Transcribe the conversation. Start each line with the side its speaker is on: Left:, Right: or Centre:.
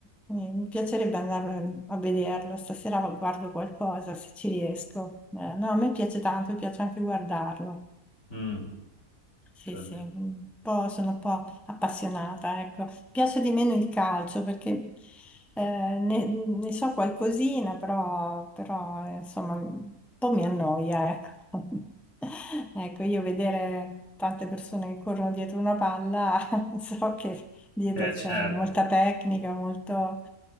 Centre: quindi Mi piacerebbe andare a vederlo, stasera guardo qualcosa se ci riesco. Eh, no, a me piace tanto, mi piace anche guardarlo.
Left: mm,
Centre: Sì,
Left: cioè,
Centre: sì, un po', sono un po' appassionata, ecco. Piace di meno il calcio perché eh, ne, ne so qualcosina, però, però, eh, insomma un po' mi annoia, ecco. <laughs> Ecco, io vedere tante persone che corrono dietro una palla, <laughs> so che dietro
Left: Eh, certo.
Centre: c'è molta tecnica, molto,